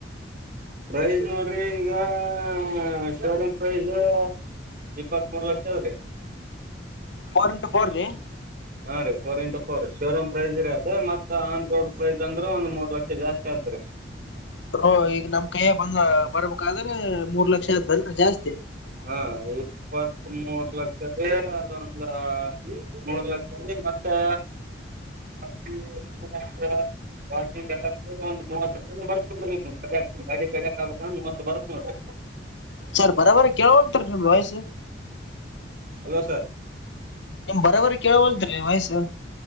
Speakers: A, on the right; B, on the left.
A: ಪ್ರೈಸ್ ನೋಡ್ರಿ ಈಗಾಆ ಫೋರ್ ಅಂಡ್ ಪೈವ್ದು ಇಪ್ಪತ್ತ್ಮೂರು ಲಕ್ಷ ಅಲ್ರಿ
B: ಫೋರ್ ಇಂಟು ಫೋರ್ ರಿ
A: ಹಾ ರಿ four into four showroom price ರಿ ಅದು ಮತ್ತ ಆನ್ ರೋಡ್ ಪ್ರೈಸ್ ಅಂದ್ರ ಒಂದ್ ಮೂರ್ ಲಕ್ಷ ಜಾಸ್ತಿ ಆದ್ರಿ
B: ಬ್ರೋ ಈಗ ನಮ್ ಕೈಯ ಬಂದ್ ಬರ್ಬೇಕಾದ್ರೆ ಮೂರ್ ಲಕ್ಷ ಆಯ್ತ ಬಂದ್ ಜಾಸ್ತಿ
A: ಹಾ ಇಪ್ಪತ್ ಮೂರು ಲಕ್ಷವೇ ಅದೊಂದ ಮೂರ್ ಲಕ್ಷ ಮತ್ತೆ <unintelligible> ವಾಷಿಂಗ್ ಎಲ್ಲಾ ಸೇರಿಸಿ ಒಂದು ಮೂವತ್ತು ಲಕ್ಷ ಬರುತ್ತೆ ನೋಡಿ ಗಾಡಿ ಮೇಲೆ ಒಂದು ಮೂವತ್ತು ಬರುತ್ತೆ ನೋಡಿ <inaudible>
B: ಸರ್ ಬರೊಬರ್ರಿ ಕೇೇಳಳ್ತರಿ ನಿಮ್ದ್ ವಾಯಿಸ್ಸು
A: ಹಲೋ ಸರ್
B: ನಿಮ್ ಬರೊಬರಿ ಕೇಳವಲ್ದ್ ರಿ ವಾಯ್ಸು